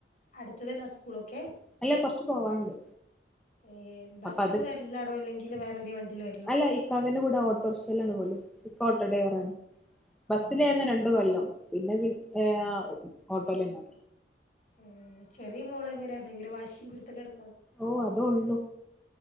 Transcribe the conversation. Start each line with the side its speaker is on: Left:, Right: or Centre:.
Left: അടുത്തതന്നാ സ്കൂളൊക്കെ
Centre: അല്ല കൊറച്ച് പോവാണ്ട്
Left: ഏഹ് ബസ്സ്
Centre: അപ്പൊ അത്
Left: വര് എല്ലാടോ അല്ലെങ്കില് വേറെന്തി വണ്ടീല് വര്
Centre: അല്ല ഇക്കാക്കുന്റെ കൂടെ ഓട്ടോർഷില്ലാണ് പോല്. ഇക്ക ഓട്ടോ
Left: ഓ
Centre: ഡൈവറാണ്. ബസ്സിലായിര്ന്നു
Left: ആ പ്രശ്നം
Centre: രണ്ട് കൊല്ലം. പിന്നെ പി ഏഹ് ഓട്ടോലന്നെ
Left: ഏഹ് ചെറിയ മോളങ്ങനെ ഭയങ്കര വാഷിം കുരുത്തക്കേടൊ
Centre: ഓഹ് അതൊള്ളു.